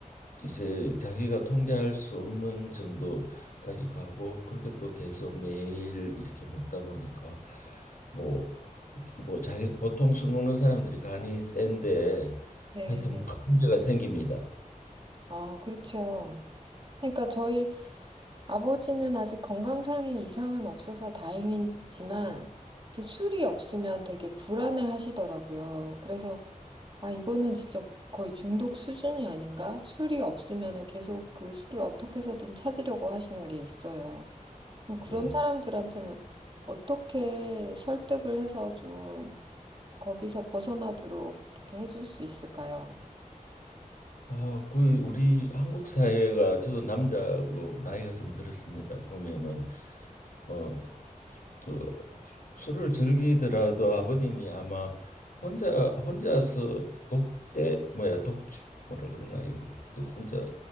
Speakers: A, on the left; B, on the right.
A: 이제 자기가 통제할 수 없는 정도까지 가고 그렇게 또 계속 매일 이렇게 먹다 보니까 뭐 뭐 자기 보통 술 먹는 사람들이 간이 센데
B: 네.
A: 하여튼 큰 문제가 생깁니다.
B: 아, 그렇죠. 그러니까 저희 아버지는 아직 건강상의 이상은 없어서 다행이지만, 이렇게 술이 없으면 되게 불안해 하시더라고요. 그래서, 아, 이거는 진짜 거의 중독 수준이 아닌가? 술이 없으면은 계속 그 술을 어떻게 해서든 찾으려고 하시는 게 있어요. 음, 그런
A: 예.
B: 사람들한테는 어떻게 설득을 해서 좀 거기서 벗어나도록 이렇게 해줄 수 있을까요?
A: 어, 그 우리 한국 사회가 저도 남자고 나이가 좀 들었습니다. 보면은 어 그 술을 즐기더라도 아버님이 아마 혼자 혼자서 독대 뭐야 독 뭐라 그러나 이걸 그 혼자